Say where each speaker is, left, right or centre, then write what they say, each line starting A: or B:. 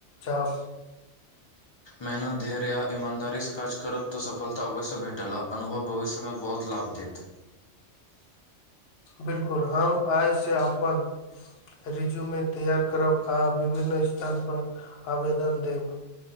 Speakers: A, on the left; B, on the left.
A: जाब
B: मेहनत धैर या ईमानदारीसँ काज करब तऽ सफलता अवश्य भेटल आरनुभव भविष्यमे बहुत लाभ देत
A: बिल्कुल हम आइ से अपन रिज्यूमे तैयार करब आ विभिन्न स्थान पर आवेदन देब